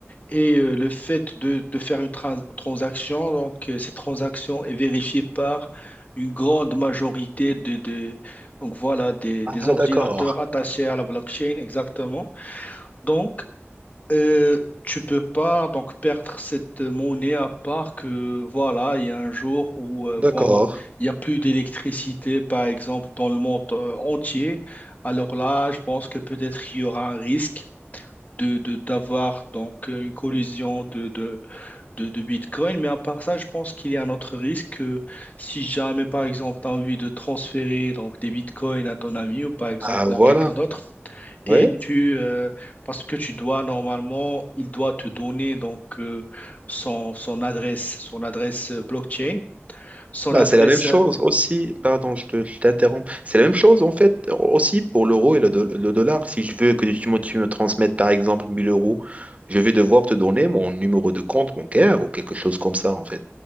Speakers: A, on the left; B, on the right.
A: Et euh, le fait de, de faire une trans- transaction, donc euh, cette transaction est vérifiée par une grande majorité de, de- donc voilà, des,
B: Ah,
A: des ordinateurs
B: d'accord,
A: attachés à la blockchain, exactement. Donc, euh, tu peux pas donc perdre cette monnaie à part que voilà, il y a un jour où euh,
B: d'accord.
A: voilà, il y a plus d'électricité, par exemple, dans le monde euh, entier. Alors là, je pense que peut-être il y aura un risque de, de- d'avoir donc une collision de, de de, de Bitcoin, mais à part ça, je pense qu'il y a un autre risque euh, si jamais, par exemple, tu as envie de transférer donc, des Bitcoins à ton ami ou par exemple
B: Ah, voilà.
A: à quelqu'un d'autre, et
B: Ouais.
A: tu, euh, parce que tu dois normalement, il doit te donner donc euh, son, son adresse, son adresse euh, blockchain, son
B: Bah,
A: adresse,
B: c'est la même chose
A: euh,
B: aussi. Pardon, je te, je t'interromps. C'est la même chose, en fait, aussi pour l'euro et le, do- le dollar. Si je veux que tu me, tu me transmettes, par exemple, 1000 euros, je vais devoir te donner mon numéro de compte bancaire ou quelque chose comme ça, en fait.